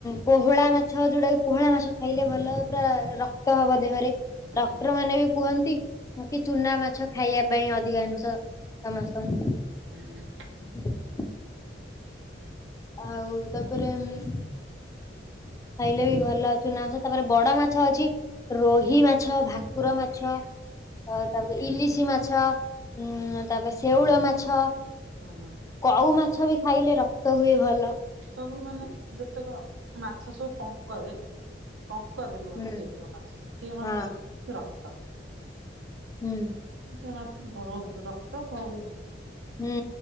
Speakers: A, on the left (about 20°); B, on the right (about 85°).
A: ପୋହଳା ମାଛ ଯୋଉଟାକି ପୋହଳା ମାଛ ଖାଇଲେ ଭଲ ପୁରା ର କ୍ତ ହବ ଦେହରେ
B: ହୁଁ
A: ଡକ୍ଟର ମାନେ ବି କୁହନ୍ତି କି ଚୁନା ମାଛ ଖାଇବା ପାଇଁ ଅଧିକାଂଶ ସମସ୍ତଙ୍କୁ
B: ଉଁ ହୁଁ।
A: <inaudible> ଆଉ ତାପରେ ଉଁ ଖାଇଲେ ବି ଭଲ ଚୁନା ମାଛ ତାପରେ ବଡ ମାଛ ଅଛି ରୋହି ମାଛ ଭାକୁର ମାଛ ଅ ତାପରେ ଇଲିଶି ମାଛ।
B: ହଁ।
A: ଉଁ ତାପରେ ଶେଉଳ ମାଛ
B: ହୁଁ
A: କଉ ମାଛ ବି ଖାଇଲେ ରକ୍ତ ହୁଏ ଭଲ।।
B: ସବୁ ମାନେ ଯେତେକ ମାଛ ସବୁ ପଙ୍କରେ ପଙ୍କରେ ରୁହନ୍ତି
A: ହୁଁ
B: ଯେତକ ମାଛ ସେତୀୟ ମାଛ
A: ହଁ।
B: ରକ୍ତ।
A: ହୁଁ
B: ଟେ ମାଛରେ କଉ ରକ୍ତ କଉ।
A: ହୁଁ